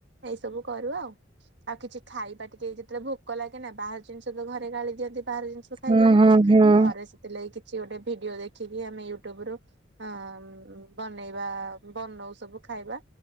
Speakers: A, on the right; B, on the right.
A: ଏଇ ସବୁ କରୁ ଆଉ। ଆଉ କିଛି ଖାଇବା ଟିକେ ଯେତେବେଳେ ଭୋକ ଲାଗେ ନା ବାହାର ଜିନିଷ ତ ଘରେ ଗାଳି ଦିଅନ୍ତି ବାହାର ଜିନିଷ ଖାଇବନି
B: ହଁ ହଁ ହଁ
A: ଘରେ ସେଥିଲାଗି କିଛି ଗୋଟେ ଭିଡିଓ ଦେଖିକି ଆମେ ୟୁଟୁବ ରୁ ହଁ ବନେଇବା ବନଉ ସବୁ ଖାଇବା।